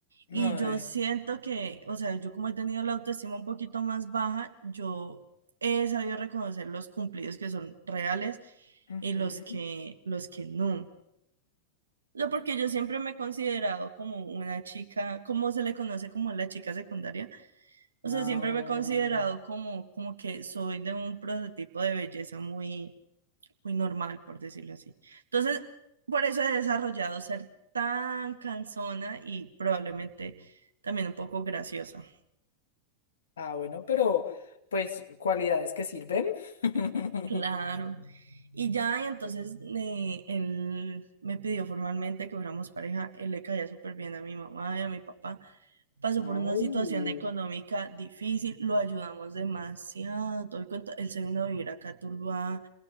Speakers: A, on the left (about 65°); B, on the right (about 70°).
A: No,
B: y yo siento que, o sea, yo como he tenido la autoestima un poquito más baja, yo he sabido reconocer los cumplidos que son reales
A: ujú.
B: y los que, los que no. Yo porque yo siempre me he considerado como una chica, como se le conoce como la chica secundaria, o
A: No.
B: sea, siempre me he considerado como, como que soy de un prototipo de belleza muy, muy normal, por decirlo así. Entonces, por eso he desarrollado ser tan cansona y probablemente también un poco graciosa.
A: Ah, bueno, pero pues cualidades que sirven. <laughs>
B: Claro. Y ya, y entonces eh, él me pidió formalmente que fuéramos pareja. Él le caía súper bien a mi mamá y a mi papá. Pasó
A: Ah,
B: por una
A: uh,
B: situación económica difícil, lo ayudamos demasiado, todo el cuento. Él se vino a vivir acá a Tuluá